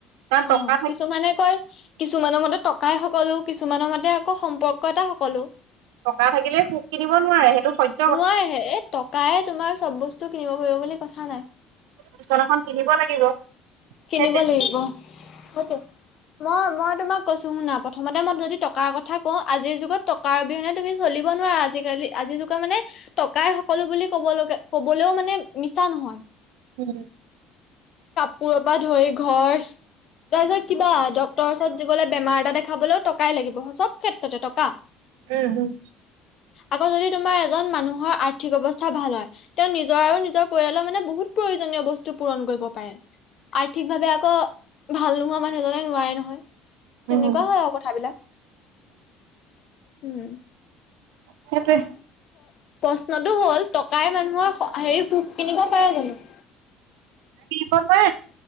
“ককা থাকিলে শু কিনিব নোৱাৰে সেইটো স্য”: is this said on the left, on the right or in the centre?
Right